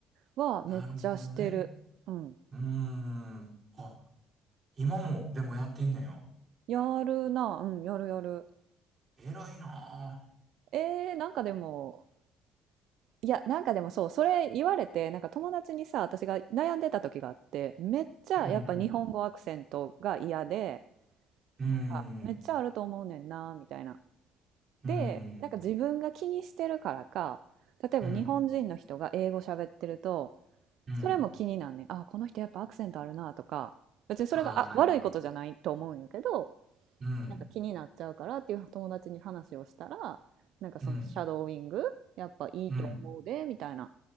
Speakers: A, on the right (about 70°); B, on the right (about 40°).
A: はめっちゃしてる。
B: なるほどね。
A: うん。
B: うーん。あ、今も、でもやってんねや。
A: やるな。うんやるやる。
B: 偉いな
A: えー、なんかでもいや、なんかでもそう、それ言われて、なんか友達にさ、私が悩んでた時があって、めっちゃやっぱ日本語アクセントが嫌で、
B: ぁ。うんうん。
A: なんかめっちゃあると思うねんな、
B: うーん。
A: みたいな。
B: うーん。
A: で、なんか自分が気にしてるからか、例えば日本人の人が英語喋ってると、
B: うん。うん。
A: それも気になんねん。あ、この人やっぱアクセントあるな、とか、別にそれが、
B: あーはいはい。
A: あ、悪いことじゃないと思うんやけど、
B: うん。
A: なんか気になっちゃうからっていう友達に話をしたら、なんかそのシャドーイング、
B: うん。
A: やっぱいいと思うで、
B: うん。
A: みたいな。